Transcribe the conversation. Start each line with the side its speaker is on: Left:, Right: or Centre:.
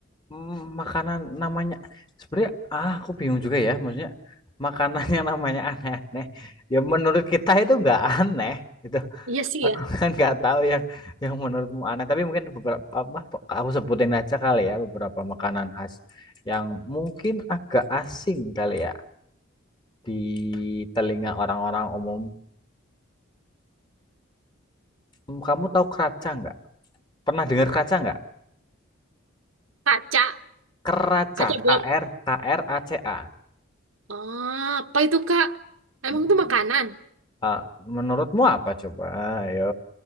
Left: Hmm, makanan namanya... Sebenarnya, ah, aku bingung juga ya. Maksudnya, makanan <laughs> yang namanya aneh-aneh. Ya, menurut kita itu nggak aneh. Gitu.
Right: Iya sih
Left: Aku
Right: ya.
Left: <laughs> kan nggak tahu yang yang menurutmu aneh, tapi mungkin beberapa apa aku sebutin aja kali ya beberapa makanan khas yang mungkin agak asing kali ya di telinga orang-orang umum. Hmm, Kamu tahu keraca nggak? Pernah dengar keraca nggak?
Right: Kaca,
Left: Keraca,
Right: kaca black.
Left: K R K R A C A.
Right: Ah, apa itu Kak? Emang
Left: Hmm.
Right: itu makanan?
Left: Ah, menurutmu apa coba? Ayo.